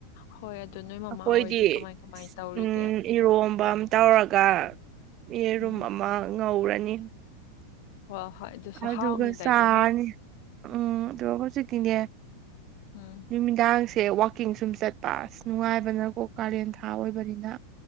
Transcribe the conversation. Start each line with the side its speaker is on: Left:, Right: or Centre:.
Left: ꯍꯣꯏ ꯑꯗꯨ ꯅꯣꯏ ꯃꯃꯥ
Right: ꯑꯩꯈꯣꯏꯗꯤ
Left: ꯍꯣꯏꯗꯤ ꯀꯃꯥꯏ ꯀꯃꯥꯏ ꯇꯧꯔꯤꯒꯦ
Right: ꯎꯝ ꯏꯔꯣꯝꯕ ꯑꯃ ꯇꯧꯔꯒ ꯌꯦꯔꯨꯝ
Left: ꯎꯝ
Right: ꯑꯃ ꯉꯧꯔꯅꯤ
Left: ꯍꯣꯏ ꯍꯣꯏ ꯑꯗꯨꯁꯨ
Right: ꯑꯗꯨꯒꯒ
Left: ꯍꯥꯎꯅꯤꯗ
Right: ꯆꯥꯔꯅꯤ
Left: ꯏꯕꯦꯝꯃ
Right: ꯎꯝ ꯑꯗꯨꯒ ꯍꯧꯖꯤꯛꯇꯤꯅꯦ
Left: ꯎꯝ
Right: ꯅꯨꯃꯤꯗꯥꯡꯁꯦ ꯋꯥꯛꯀꯤꯡ ꯁꯨꯝ ꯆꯠꯄ ꯑꯁ ꯅꯨꯡꯉꯥꯏꯕꯅꯀꯣ ꯀꯥꯂꯦꯟ ꯊꯥ ꯑꯣꯏꯕꯅꯤꯅ